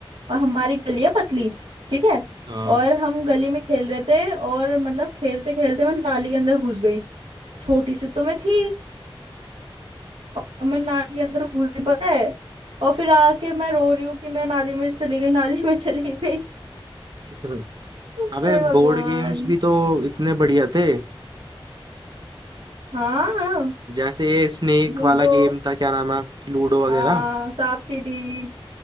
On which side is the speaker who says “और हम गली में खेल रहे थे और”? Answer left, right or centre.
Right